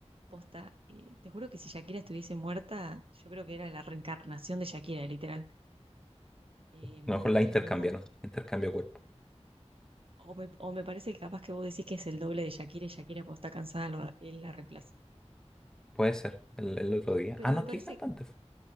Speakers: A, on the right; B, in the centre.
A: posta, eh, te juro que si Shakira estuviese muerta, yo creo que era la reencarnación de Shakira, literal. Eh,
B: A
A: muy,
B: lo mejor la
A: no,
B: intercambiaron,
A: muy,
B: intercambio cuerpo.
A: O me, o me parece que capaz que vos decís que es el doble de Shakira y Shakira cuando está cansada lo- él la reemplaza.
B: Puede ser, el, el otro día.
A: Pero
B: Ah, no,
A: me parece...
B: ¿qué cantante